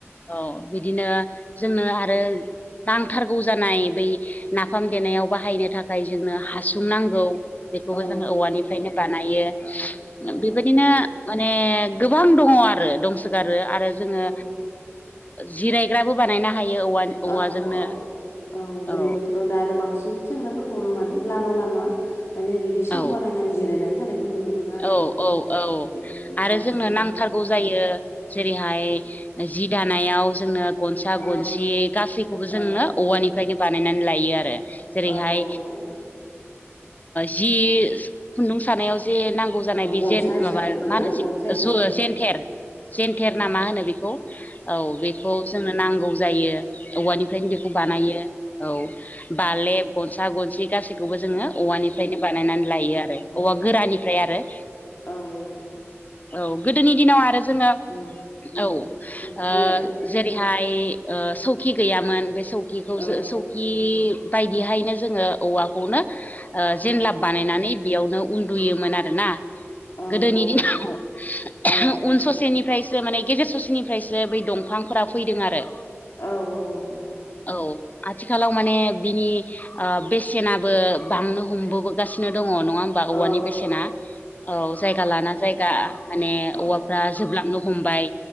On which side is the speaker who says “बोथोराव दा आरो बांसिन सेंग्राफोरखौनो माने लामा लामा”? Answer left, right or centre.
Left